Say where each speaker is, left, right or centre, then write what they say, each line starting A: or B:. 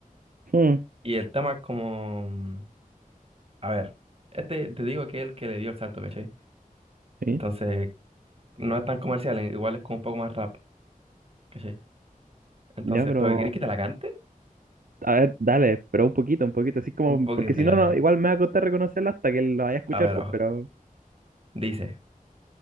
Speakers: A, on the right (about 70°); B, on the right (about 40°).
A: Hmm,
B: Y el tema es como, mm, a ver, este te digo que es el que le dio el salto, ¿cachai?
A: Sí.
B: Entonces, no es tan comercial, eh, igual es como un poco más rap, ¿cachai? Entonces,
A: ya, pero...
B: ¿pero querés que te la cante?
A: A ver, dale, pero un poquito, un poquito, así como...
B: Un poquito,
A: Porque si
B: ya
A: no, no,
B: mira.
A: igual me va a costar reconocerla hasta que lo vaya a escuchar,
B: A ver,
A: pues,
B: ojo.
A: pero...
B: Dice,